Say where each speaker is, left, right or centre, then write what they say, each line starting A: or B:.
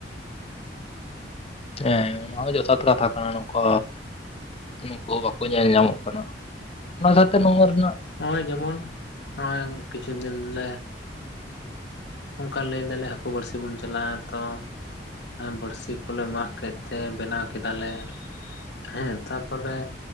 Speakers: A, on the left; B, on the left.
A: ᱦᱮᱸ ᱚᱱᱟ ᱦᱚᱸ ᱡᱚᱛᱷᱟᱛ ᱠᱟᱛᱷᱟ ᱠᱟᱱᱟ ᱱᱚᱝᱠᱟ ᱱᱩᱠᱩ ᱦᱚᱸ ᱵᱟᱠᱚ ᱧᱮᱞ ᱧᱟᱢᱚᱜ ᱠᱟᱱᱟ ᱚᱱᱟ ᱥᱟᱶᱛᱮ ᱱᱚᱣᱟ ᱨᱮᱱᱟᱜ
B: ᱦᱚᱜ-ᱚᱭ ᱡᱮᱢᱚᱱ ᱦᱚᱜ-ᱚᱭ ᱠᱤᱪᱷᱩ ᱫᱤᱱ ᱞᱮ ᱚᱱᱠᱟ ᱞᱟᱹᱭ ᱫᱟᱞᱮ ᱦᱟᱹᱠᱩ ᱵᱟᱹᱲᱥᱤ ᱵᱚᱱ ᱪᱟᱞᱟᱜ-ᱟ ᱛᱚ ᱵᱟᱹᱲᱥᱤ ᱠᱚᱞᱮ ᱢᱟᱜ ᱠᱮᱫ ᱛᱮ ᱵᱮᱱᱟᱣ ᱠᱮᱫᱟ ᱞᱮ ᱦᱮᱸ ᱛᱟᱯᱚᱨᱮ